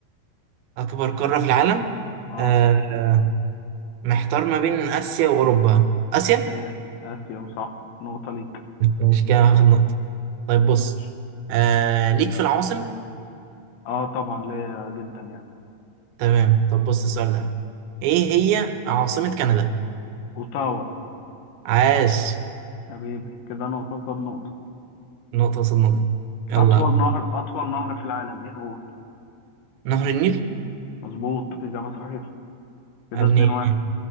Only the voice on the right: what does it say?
اكبر قاره في العالم
آه آه، محتار ما بين اسيا واوروبا اسيا
مش كده هاخد نقطه طيب بص
آه ليك في العواصم
تمام طب بص السؤال ده ايه هي عاصمه كندا
عاش
نقطه قصاد نقطه يلا
نهر النيل
يا ابني